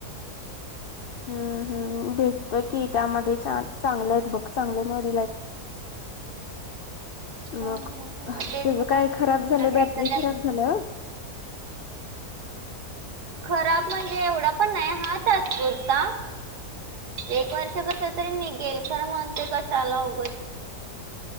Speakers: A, on the left (about 75°); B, on the right (about 85°).
A: हम्म हम्म भेटतोय की त्यामध्ये चार चांगले आहेत बघ, चांगले मॉडेल आहेत.
B: हम्म,
A: मग
B: हम्म.
A: त्याच
B: मग तेच म्हटलं
A: काय खराब झालंय,
B: घ्यायचं
A: बॅटरी
B: त्यात.
A: खराब झाल्या होय?
B: खराब म्हणजे एवढा पण नाही, आहे तात्पुरता. एक वर्ष कस तरी निघेल खरं म्हणतोय कशाला उगच